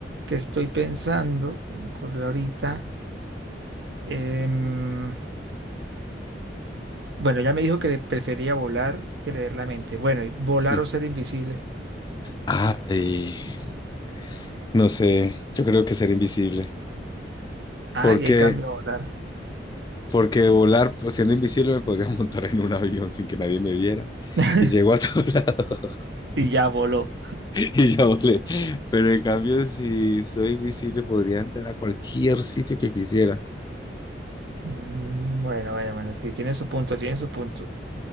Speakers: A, on the right; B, on the left.
A: que estoy pensando, que me ocurrió ahorita. em, bueno, ya me dijo que le prefería volar que leer la mente. Bueno, y volar
B: Sí.
A: o ser invisible.
B: Ay, no sé, yo creo que ser invisible.
A: Ah,
B: Porque,
A: y ahí cambia a volar.
B: porque volar pues, siendo invisible me podría <laughs> montar en un avión sin que nadie me viera
A: <laughs>
B: y llego a todo <laughs> lado
A: Y ya voló.
B: y ya volé. Pero en cambio, si soy invisible, podría entrar a cualquier sitio que quisiera.
A: Mm, Bueno, bueno, bueno, sí, tiene su punto, tiene su punto.